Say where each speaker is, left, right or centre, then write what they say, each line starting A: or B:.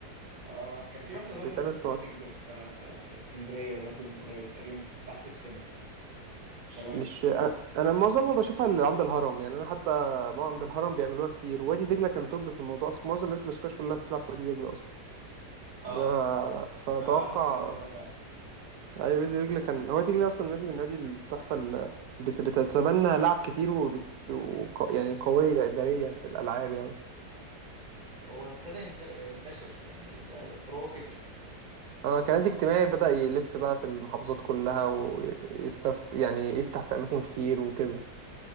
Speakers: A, on the right; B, on the right.
A: آه كان في واحدة برضو
B: بتتعمل
A: في سبورتنج
B: في مصر
A: في آه، في, في اسكندرية برضو من قريب تقريبا بس تحت السن شباب
B: مش انا أنا معظمها بشوفها اللي عند الهرم يعني انا حتى ما عند الهرم بيعملوها كتير وادي دجله كان توب في الموضوع اصلا معظم لعيبه الاسكواش كلها بتلعب في وادي دجله اصلا
A: اه
B: ف- فاتوقع
A: أنا لاحظت الموضوع ده فعلا
B: اي وادي دجله كان هو وادي دجله اصلا نادي من نادي التحفه اللي بت... بتتبنى لعب كتير وبت... وق... يعني قويه اداريا في الالعاب يعني
A: هو ابتدى ينت- ينتشر يعني بقى فروعه كترت
B: آه، كان نادي اجتماعي بدأ يلف بقى في المحافظات كلها ويستفت يعني يفتح في أماكن كتير وكده